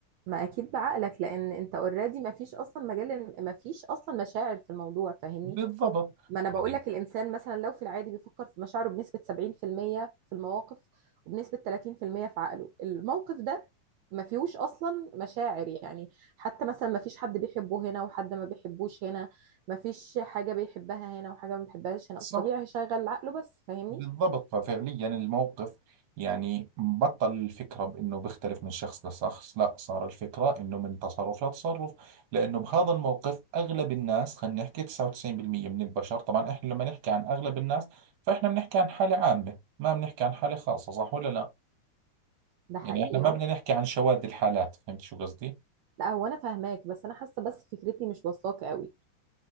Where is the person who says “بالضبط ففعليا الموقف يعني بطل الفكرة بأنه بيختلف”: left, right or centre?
Right